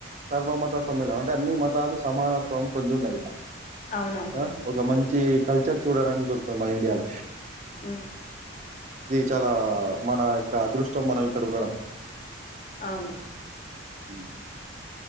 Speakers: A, on the right (about 35°); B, on the left (about 35°).
A: సర్వ మత సమ్మేళనం అంటే అన్ని మతాలు సమానత్వం పొంది ఉన్నాయి ఈడ
B: అవునవును
A: ఆ ఒక మంచి కల్చర్ చూడడానికి దొరుకుతది మన ఇండియాల
B: ఊ
A: చాలా మన యొక్క అదృష్టం మనం ఇక్కడ ఉండడం
B: అవును
A: ఉ